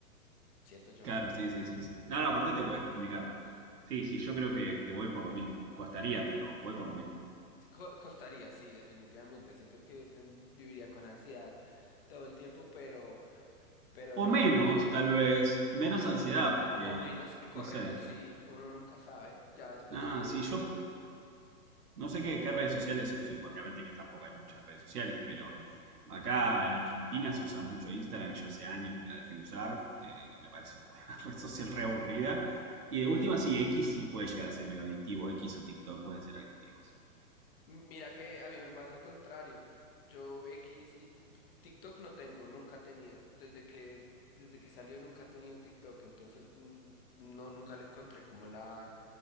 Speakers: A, on the left; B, on the right.
A: siento yo.
B: Claro, sí, sí, sí, sí. No, no, aparte te podés comunicar. Sí, sí, yo creo que, que voy por lo mismo. Costaría, pero voy por lo mismo.
A: Co- costaría, sí, definitivamente, siento que ten- viviría con ansiedad todo el tiempo, pero... Pero
B: O
A: no,
B: menos,
A: pero nada.
B: tal vez, menos
A: O, se-
B: ansiedad, porque,
A: o menos, eh, correcto,
B: no sé,
A: sí, uno nunca sabe, ya después
B: nada,
A: de que...
B: sí, yo no sé qué, qué redes sociales, sí, obviamente que tampoco hay muchas redes sociales, pero
A: ujú.
B: acá en Argentina se usa mucho Instagram y yo hace años que la dejé de usar, eh, me parece una <laughs> red social re aburrida. Y de última, sí, X sí puede llegar a ser medio adictivo, X o TikTok pueden ser adictivos.
A: M- Mira que a mí me pasa el contrario. Yo X y t- TikTok no tengo, nunca he tenido. Desde que, desde que salió nunca he tenido TikTok, entonces mm, no, nunca le encontré como la,